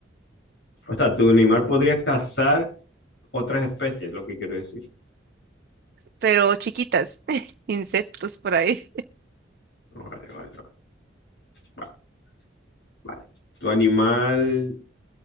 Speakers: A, on the left (about 70°); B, on the right (about 55°).
A: O sea, tu animal podría cazar otras especies, es lo que quiero decir.
B: pero chiquitas, <laughs> insectos por ahí.
A: Vale, vale, vale. Vale. ¿Tu animal